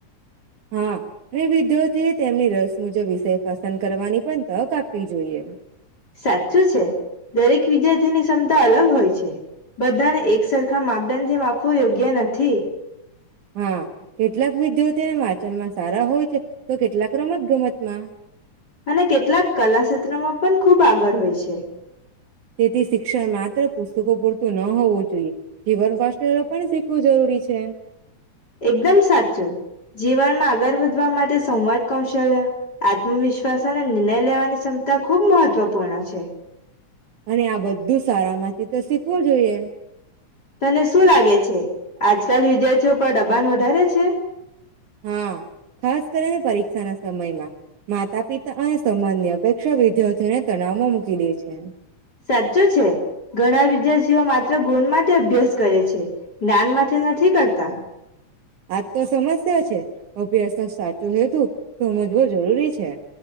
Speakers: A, on the left; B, on the right.
A: <inaudible>
B: હા અને વિદ્યાર્થીએ તેમની રસ મુજબ વિષય પસંદ કરવાની પણ તક આપવી જોઈએ
A: સાચું છે દરેક વિદ્યાર્થી તેની ક્ષમતા અલગ હોય છે. બધાને એક સરખા માપદંડ થી માપવું યોગ્ય નથી.
B: હા કેટલાક વિદ્યાર્થીને વાંચનમાં સારા હોય છે. તો કેટલાક રમત ગમતમાં.
A: અને કેટલાક કલા ક્ષેત્રમાં પણ ખૂબ આગળ હોય છે.
B: તેથી શિક્ષણ માત્ર પુસ્તકો પૂરતું ન હોવું જોઈએ. જીવન <unintelligible> પણ શીખવું જરૂરી છે.
A: એકદમ સાચું. જીવનમાં આગળ વધવા માટે સંવાદ કૌશલ્ય, આત્મવિશ્વાસ અને નિર્નય લેવાની ક્ષમતા ખૂબ મહત્વપૂર્ણ છે.
B: અને આ બધું સારામાંથી તો શીખવું જોઈએ.
A: તને શું લાગે છે, આજકાલ વિદ્યાર્થીઓ પર દબાણ વધારે છે?
B: હા, ખાસ કરીને પરીક્ષા ના સમયમાં. માતા પિતા અને સંબંધની અપેક્ષા વિદ્યાર્થીઓને તણાવો મૂકી દે છે.
A: સાચું છે, ઘણા વિદ્યાર્થીઓ માત્ર ગુણ માટે અભ્યાસ કરે છે, જ્ઞાન માટે નથી કરતા.
B: આજ તો સમસ્યા છે અભ્યાસ તો સાચું છેતું સમજવું જરૂરી છે.